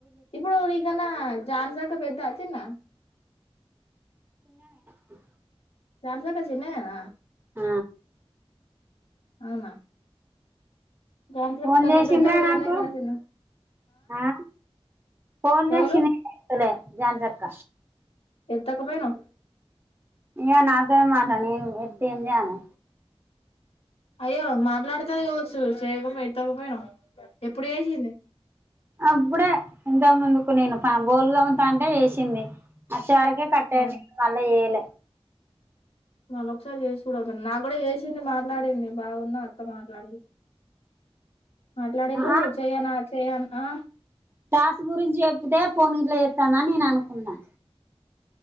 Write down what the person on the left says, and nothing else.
ఇప్పుడు ఇకన్నా జాన్సాక పెద్ద చిన్న
స్యాంసంగ్ చిన్ననా
అవునా ఝాన్సీ
అక్క కన్నా
పెద్ద ఉదయ్
అన్నయ్య కన్నా చిన్న
ఎవలు
ఎద్దకు భైనా
అయ్యో మాట్లాడుతేది కావచ్చు చేయకపో ఎడతకపోయినా ఎప్పుడు చేసింది
అవును
మళ్ళ ఒకసారి చేసి చూడపోంది నా కూడా చేసింది మాట్లాడింది బాగున్న అక్క మాట్లాడింది మాట్లాడిళ్ళు
చేయనా చేయాను ఆ